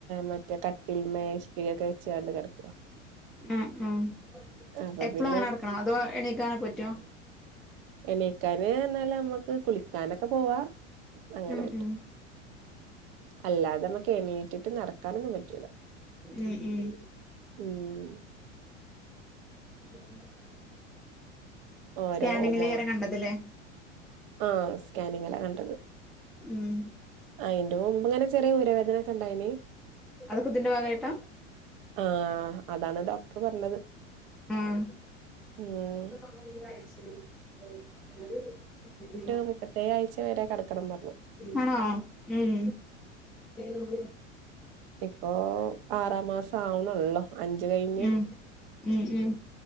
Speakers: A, on the right; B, in the centre.
A: മറ്റേ കട്ടിൽ മേശകിരി ഒക്കെ വെച്ചാണ് കിടക്കുവ
B: ആഹ് ആഹ്
A: അപ്പൊ
B: എപ്പോളും
A: പിന്നെ
B: അങ്ങനെ കിടക്കണോ അതോ എണീക്കാനെക്കെ പറ്റോ
A: എണീക്കാന് എന്നാല് നമ്മുക്ക് കുളിക്കാനൊക്കെ പോവാ അങ്ങനെ
B: ഉം
A: പറ്റും
B: <inaudible>
A: അല്ലാതെ നമ്മക്ക് എണീറ്റിട്ട് നടക്കാനൊന്നും പറ്റൂല
B: ഉം ഉം
A: ഉമ്
B: ചിലപ്പോ
A: ഓരോ
B: സ്കാനിങ്ങിൽ
A: മോ
B: കേറി കണ്ടതി ല്ലേ
A: ആഹ് സ്കാനിങ്ങിലാ കണ്ടത്
B: ഉം
A: അയിന്റെ മുമ്പ് ഇങ്ങനെ ചെറിയ ഊരവേദന ഒക്കെ ഇണ്ടായിനി
B: അതൊക്കൊ ഇതിന്റെ ഭാഗായിട്ടാ
A: ആഹ് അതാണ് ഡോക്ടർ പറഞ്ഞത്
B: ഉം
A: ഉം
B: <unintelligible>
A: മുപ്പത്തേഴ്‌ ആഴ്ച വരെ കടക്കണം പറഞ്ഞു
B: ആണോ ഉം ഉം
A: ഇപ്പോ ആറാം മാസം ആവണള്ളോ അഞ്ച് കഴിഞ്ഞ്
B: ഉം ഉം ഉം